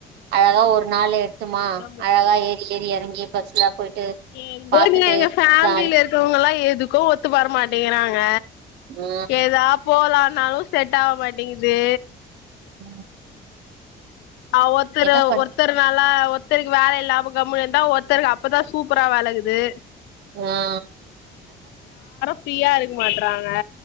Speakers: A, on the right; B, on the left.
A: அழகா ஒரு நாள் எடுத்தமா
B: இதா போனு.
A: அழகா ஏ ஏறி எறங்கி பஸ்லா போயிட்டு
B: ஏனுங்க
A: பாத்துட்டு
B: எங்க ஃபேமிலில
A: ஜாலி
B: இருக்கிறவங்கல்லா எதுக்கோ ஒத்து வர மாட்டீங்கிறாங்க
A: ஆ
B: ஏதா போலானாலு செட் ஆக மாட்டிங்குது
A: ம்
B: ஆ ஒத்தரு
A: என்ன
B: ஒரு
A: பண்
B: ஒருத்தர்னால ஒருத்தருக்கு வேல இல்லாம கம்முனு இருந்தா ஒருத்தருக்கு அப்பதான் சூப்பரா வேலருகுது
A: ஆ
B: ஃபீரியா இருக்க மாட்றாங்க